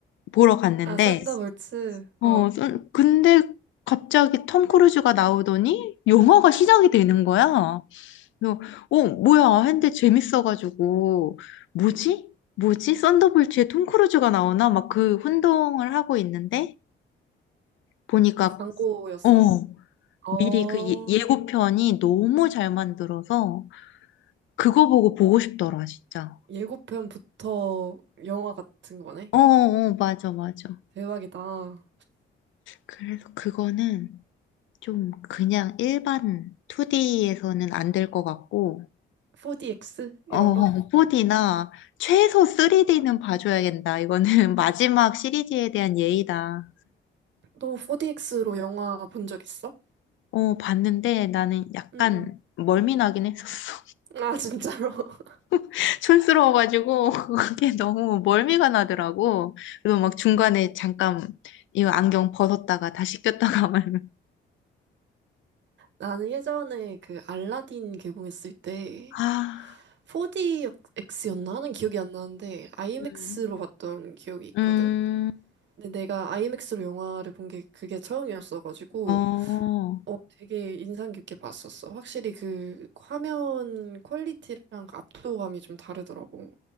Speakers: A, on the left; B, on the right.
A: 보러 갔는데
B: 아, 썬더볼츠,
A: 어
B: 어,
A: 썬- 근데 갑자기 톰 크루즈가 나오더니 영화가 시작이 되는 거야. 그래서 어 뭐야 했는데 재밌어가지고 뭐지? 뭐지? 썬더볼츠에 톰 크루즈가 나오나 막 그 혼동을 하고 있는데 보니까
B: 광고였어.
A: 어
B: 어,
A: 미리 그 예- 예고편이 너무 잘 만들어서 그거 보고 보고 싶더라, 진짜.
B: 예고편부터 영화 같은 거네.
A: 어, 어, 맞아, 맞아.
B: 대박이다.
A: 그래서 그거는 좀 그냥 일반 2D에서는 안 될 것 같고,
B: 4DX 이런
A: 어,
B: 거?
A: 4D나 최소 3D는 봐줘야겠다. 이거는 <laughs> 마지막 시리즈에 대한 예의다.
B: 너 4DX로 영화 본 적 있어?
A: 어, 봤는데 나는 약간
B: 응응.
A: 멀미 나긴 했었어.
B: 아 진짜로? <laughs>
A: <laughs> 촌스러워가지고 <laughs> 그게 너무 멀미가 나더라고. 그래서 막 중간에 잠깐 이거 안경 벗었다가 다시 꼈다가 <laughs> 말면
B: 나는 예전에 그 알라딘 개봉했을 때
A: 아,
B: 4DX였나 하는 기억이 안 나는데 IMAX로
A: 음.
B: 봤던 기억이 있거든.
A: 음,
B: 근데 내가 IMAX로 영화를 본 게 그게 처음이었어가지고
A: 어,
B: 어 되게 인상 깊게 봤었어. 확실히 그 화면 퀄리티랑 그 압도감이 좀 다르더라고.